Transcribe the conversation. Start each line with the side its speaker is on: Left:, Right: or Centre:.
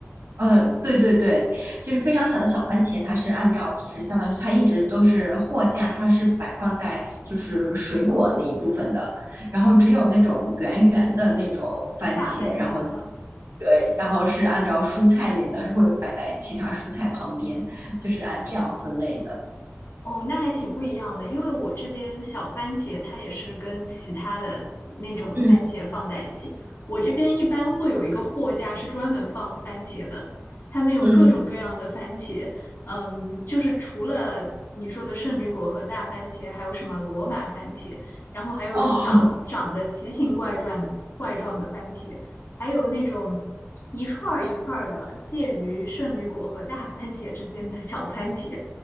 Right: 嗯，对对对，就是非常小的小番茄，它是按照就是相当于是它一直都是货架，它是摆放在就是水果那一部分的，然后只有那种圆圆的那种番茄，
Left: 大番茄，
Right: 然后
Left: 嗯、
Right: 对，然后是按照蔬菜类的，是会摆在其他蔬菜旁边，就是按这样分类的。
Left: 哦，那还挺不一样的，因为我这边小番茄它也是跟其他的那种番茄放在一起。
Right: 嗯
Left: 我这边一般会有一个货架是专门放番茄的，他们有各种各样的番茄，
Right: 嗯，嗯
Left: 嗯，就是除了你说的圣女果和大番茄，还有什么罗马番茄，然后还有一种长长得奇形怪状怪状的番茄，
Right: 哦
Left: 还有那种一串儿一串儿的介于圣女果和大番茄之间的小番茄。